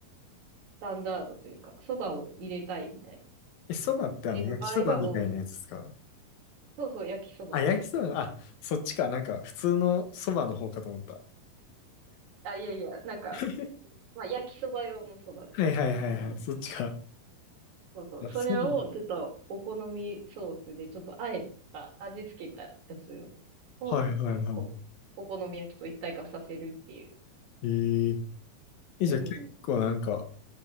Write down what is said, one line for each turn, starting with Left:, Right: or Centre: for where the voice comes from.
Right: スタンダードというか、そばを入れたいみたいな。
Left: え、そばってあの、
Right: 入れる場合が多い。
Left: 焼きそばみたいなやつですか
Right: そうそう、焼きそばです。
Left: あ、焼きそば、あ、そっちか。なんか、普通のそばの方かと思った。
Right: あ、いやいや、なんか、
Left: <laughs>
Right: まあ、焼きそば用のそばですね。
Left: はいはいはいはい。
Right: うん。
Left: そっちか。
Right: そうそう。
Left: いや、
Right: それを、
Left: そうな
Right: ちょっと、お好みソースで、ちょっと、あえた、味付けたやつを、こ
Left: はいはいは
Right: う、お好み焼きと一体化させるっていう。
Left: い。ええ。え、
Right: うん。
Left: じゃあ結構なんか、